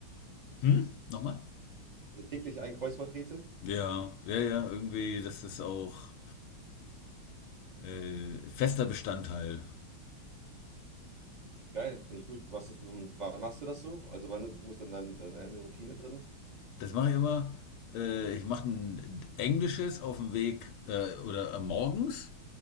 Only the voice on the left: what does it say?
Hm? Nochmal?
Ja, ja, ja, irgendwie, das ist auch äh, fester Bestandteil.
Das mache ich immer, äh, ich mache ein englisches auf dem Weg äh, oder äh, morgens,